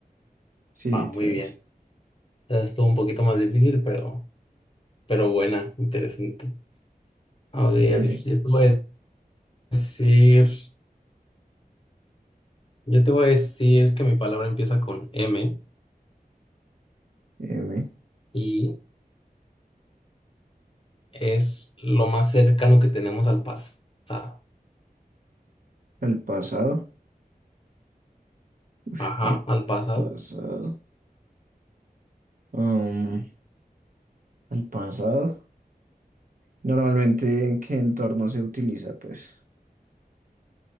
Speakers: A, on the right (about 60°); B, on the left (about 35°).
A: Sí,
B: va,
A: literal.
B: muy bien. Estuvo un poquito más difícil, pero. pero buena, interesante. A ver,
A: Ok,
B: yo te voy a decir, yo te voy a decir que mi palabra empieza con M
A: M.
B: y es lo más cercano que tenemos al pasado.
A: Al pasado. Ush,
B: Ajá,
A: al
B: al pasado.
A: pasado. Um, El pasado. Normalmente, ¿en qué entorno se utiliza? Pues